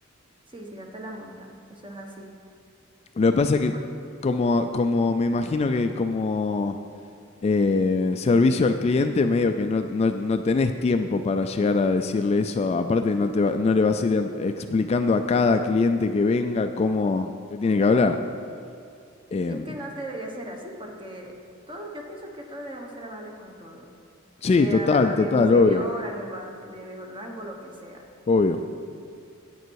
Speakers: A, on the right (about 25°); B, on the left (about 30°).
A: sí, si no te la montan, eso es así.
B: Lo que pasa
A: Y,
B: es que
A: por,
B: como, como me imagino que como... eh, servicio al cliente, medio que no, no, no tenés tiempo para llegar a decirle eso. Aparte, no, te va- no le vas a ir an- explicando a cada cliente que venga cómo te tiene que hablar. Em,
A: y es que no debería ser así, porque todo, yo pienso que todos debemos ser amables con todo.
B: sí,
A: Sea
B: total,
A: alguien
B: total,
A: inferior,
B: obvio,
A: alguien ba- de mejor rango, lo que sea.
B: obvio.